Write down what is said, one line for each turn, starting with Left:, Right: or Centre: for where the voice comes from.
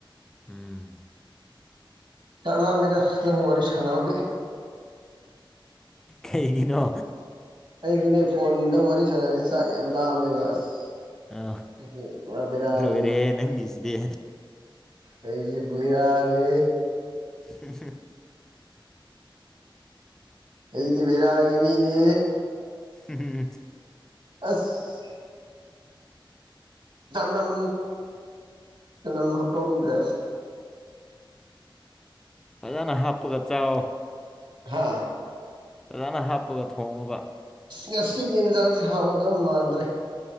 Centre: ꯎꯝ
Right: ꯂꯥꯛꯅꯃꯦꯗ ꯅꯉ ꯃꯔꯦ ꯁꯥꯟꯅꯕꯒꯦ
Centre: ꯀꯩꯒꯤꯅꯣ
Right: ꯑꯩꯗꯤꯅꯦ ꯐꯣꯟꯗ ꯋꯥꯔꯤ ꯁꯥꯟꯅꯔꯤꯁ ꯆꯥꯛ ꯌꯥꯝ ꯂꯥꯑꯝꯃꯦꯕ ꯑꯁ
Centre: ꯑ
Right: ꯑꯁꯤ ꯄꯨꯔꯥ ꯕꯦꯔꯥꯅꯤꯅꯦ
Centre: ꯂꯣꯏꯔꯦ ꯅꯪꯒꯤꯁꯤꯗꯤ
Right: ꯑꯩꯁꯤ ꯔꯥꯅꯤ
Centre: ꯎ
Right: ꯑꯩꯗꯤꯕꯔꯑꯒꯦ ꯃꯤꯅꯦ
Centre: ꯎꯝ
Right: ꯑꯁ ꯅꯝ ꯀꯅꯝ ꯍꯥꯄꯝꯗꯦꯁ
Centre: ꯐꯖꯅ ꯍꯥꯞꯄꯒ ꯆꯑꯣ
Right: ꯍꯥꯥ
Centre: ꯐꯖꯥꯅ ꯍꯥꯞꯄꯒ ꯊꯣꯉꯕ
Right: ꯉꯁꯤꯒꯤ ꯌꯦꯟꯁꯥꯡꯁꯤꯦ ꯍꯥꯎꯒꯗꯕ ꯃꯥꯟꯗ꯭ꯔꯦ